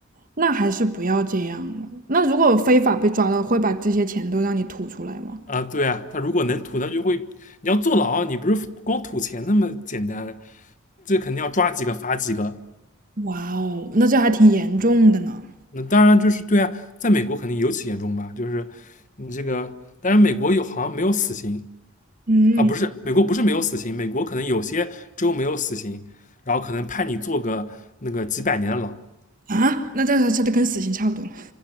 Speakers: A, on the right; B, on the left.
A: 那还是不要这样了。那如果非法被抓到，会把这些钱都让你吐出来吗？
B: 啊，对啊，他如果能吐，他就会，你要坐牢，你不是光吐钱那么简单，这肯定要抓几个罚几个，
A: 哇哦，那这还挺严重的呢。
B: 那当然就是对啊，在美国肯定尤其严重吧，就是你这个，当然美国有好像没有死刑
A: 嗯，
B: 啊，不是美国不是没有死刑，美国可能有些州没有死刑，然后可能判你坐个那个几百年的牢。
A: 啊，那这这这跟死刑差不多了。